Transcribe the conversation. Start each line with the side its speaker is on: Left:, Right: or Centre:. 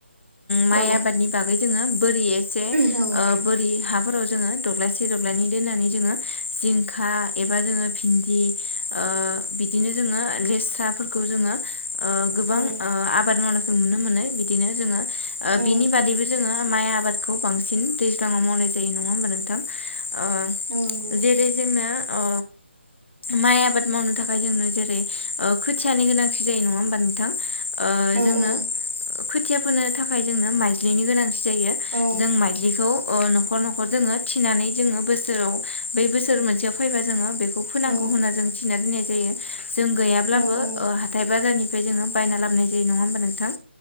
Left: माइ
Right: औ
Left: आबाद बागै जोङो बोरिसे
Right: औ
Left: बोरि हाफोराव जोङो दब्लायसे दब्लायनै दोननानै जोङो जिंखा एबा जोङो भिन्दि ओ बि दिनो जोङो लेस्राफोरखौ ओ जोङो ओ गोबां
Right: औ
Left: आबाद मावना जों नुनो मोननाय बिदिनो जोङो
Right: औ
Left: बिनि बादैबो जोङो माइ आबादखौ बांसिन दैज्लाङाव मावनाय जायो नङा होमबा नोंं थां ओ
Right: औ नंगौ
Left: जेरै जोंनो ओ माइ आबाद मावनो थाखाय जोंनो जेरै खो थियानि गोनांथि जायो नङा होमबा नोंथां? ओ
Right: औ
Left: जोंनो
Right: औ
Left: खोथिया फोनो थाखाय जोंनो माइज्लिनि गोनांथि जायो
Right: औ
Left: जों माइज्लिखौ न' न'खर न'खर जोङो थिनानै जोङो बोसोराव बै बोसोर मोनसेयाव फैबा जोङो बे फांगौ
Right: औ
Left: होनना जों थिना दोननाय जायो जों गैयाब्ला
Right: औ औ
Left: हाथाय बाजारनि फ्राय बे जोङो बायना लाबाय जायो नङा होमबा नोंथां